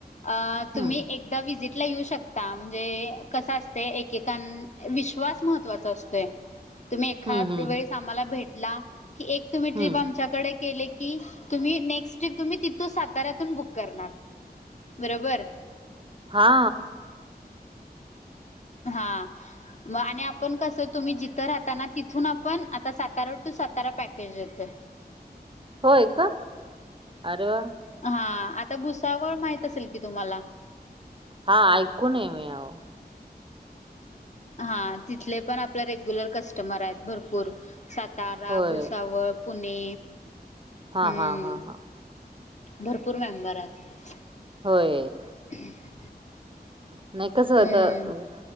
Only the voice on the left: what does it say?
अ-
तुम्ही एक एकदा विजिटला येऊ शकता म्हणजे कस असते एकेकां विश्वास महत्त्वाचा असतोय तुम्ही एखाद
वेळेस आम्हाला भेटला की एक तुम्ही
ट्रिप आमच्याकडे केली कि तुम्ही नेक्स्ट ट्रिप तुम्ही तिथून साताऱ्यातून बुक करणार बरोबर
हा. मग आणि आपण कसं तुम्ही जिथं राहताना तिथून आपण आता सातारा टू सातारा पॅकेज देतोय
हा आता भुसावळ माहित असेल की तुम्हाला?
हा तिथले पण आपले रेग्युलर कस्टमर आहेत भरपूर सातारा,
भुसावळ पुणे हम्म
भरपूर मेंबर आहेत.
ह्
हम्म